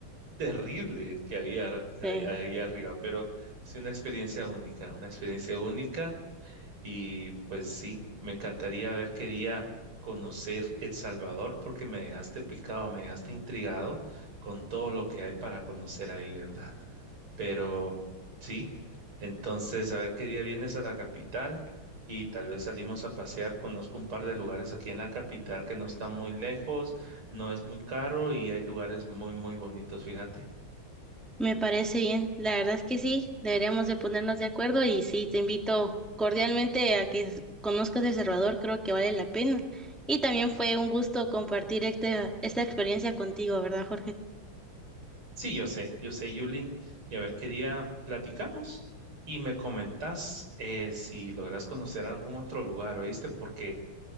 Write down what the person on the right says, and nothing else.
terrible el que había ahí
ahí arriba, pero sí una experiencia única, una experiencia única y pues sí, me encantaría ver qué día conocer El Salvador porque me dejaste picado, me dejaste intrigado con todo lo que hay para conocer ahí, ¿verdad? Pero sí, entonces a ver qué día vienes a la capital y tal vez salimos a pasear. Conozco un par de lugares aquí en la capital que no están muy lejos, no es muy caro y hay lugares muy, muy bonitos, fíjate.
Sí, yo sé, yo sé, Yuli. y a ver qué día platicamos y me comentás eh, si logras conocer algún otro lugar, ¿oíste? Porque